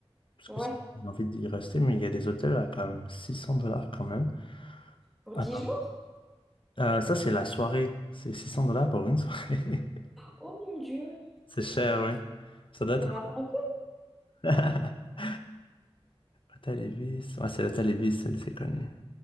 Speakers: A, on the left; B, in the centre.
A: parce
B: Ouais,
A: que c'est- j'ai envie d'y rester, mais il y a des hôtels à comme 600 dollars quand même.
B: pour
A: Ah,
B: dix jours?
A: euh, ça, c'est la soirée. C'est 600 dollars pour une soirée.
B: Oh mon Dieu,
A: <laughs> C'est cher, ouais. Ça doit
B: on
A: être...
B: part à Cancun?
A: <laughs> Hôtel Ibis. Ouais, c'est l'hôtel Ibis, c'est c'est connu.